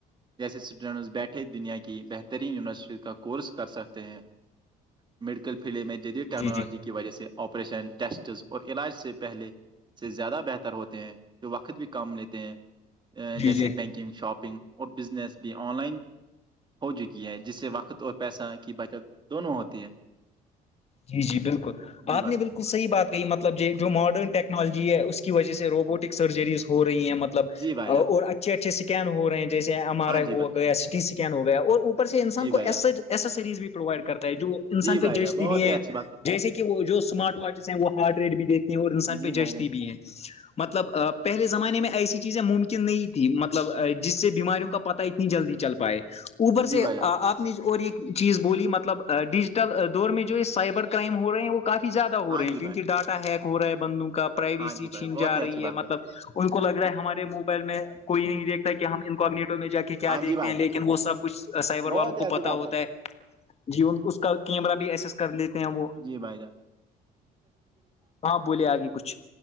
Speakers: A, on the right (about 25°); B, on the left (about 40°).
A: جیسے اسٹوڈینٹس بیٹھے دنیا کی بہترین یونیورسٹی کا کورس کر سکتے ہیں میڈیکل فیلڈ میں جدید ٹیکنالوجی
B: جی جی
A: کی وجہ سے آپریشن ٹیسٹ اور علاج سے پہلے سے زیادہ بہتر ہوتے ہیں جو وقت بھی کام لیتے ہیں
B: جی
A: جیسے
B: جی
A: بینکنگ شاپنگ اور بزنس بھی آن لائن ہو چکی ہے جس سے وقت اور پیسہ کی بچت دونوں ہوتی ہے
B: جی جی بالکل
A: جی
B: آپ
A: بھائی
B: نے بالکل صحیح بات مطلب جو ماڈرن ٹیکنالوجی ہے اس کی وجہ سے روبوٹک سرجریز ہو رہی ہیں مطلب مطلب
A: جی بھائی جان
B: اور اچھے اچھے سکین ہو رہے ہیں جیسے ایم آر
A: ہاں
B: آئی
A: جی
B: ہو
A: بھائی
B: گیا سٹی اسکین ہو گیا اور سے انسان
A: جی
B: کو
A: بھائی
B: ایسسریز
A: جان
B: بھی پرووائڈ کرتا ہے جو انسان
A: جی
B: پہ
A: بھائی
B: جش
A: جان بہت
B: بھی ہیں
A: ہی اچھی بات ہے۔
B: جیسے کہ وہ جو اسمارٹ واچز ہیں وہ ہارڈ ریڈ بھی دیتے ہیں اور انسان پہ
A: جی
B: جچتی
A: بھائی
B: بھی ہیں
A: <inaudible>
B: مطلب پہلے زمانے میں ایسی چیزیں ممکن نہیں تھھی مطلب جس سے بیماریوں کا پتا اتنی جلدی چل پائے اوبر
A: جی
B: سے
A: بھائی جان
B: آپ نے اور یہ چیز بولی مطلب ڈیجیٹل دور میں جو سائبر کرائم ہو رہے ہیں وہ کافی زیادہ ہو
A: ہاں
B: رہے ہیں
A: جی
B: کیونہ
A: بھائی
B: ڈاٹا ہیک ہو رہا ہے بندوں کا پرائیویسی
A: ہاں جی بھائی
B: چھین
A: بہت
B: جا
A: ہی اچھی
B: رہی
A: بات
B: ہے مطلب ان کو لگ رہا ہے ہمارے موبائل میں کوئی نہیں دیکھتا ہے کہ ہم کگنیٹو میں جا کے کیا
A: ہاں
B: دیکھتے
A: جی بھائی
B: ہیں لیکن وہ سب کچھ سائبر
A: بہت
B: والوں کو
A: ہی اچھی
B: پتا
A: بات
B: ہوتا ہے جی ان اس کا کیمرہ بھی ایسس کر لیتے ہیں وہ
A: جی بھائی جان <unintelligible>
B: ہاں بولے آگے کچھ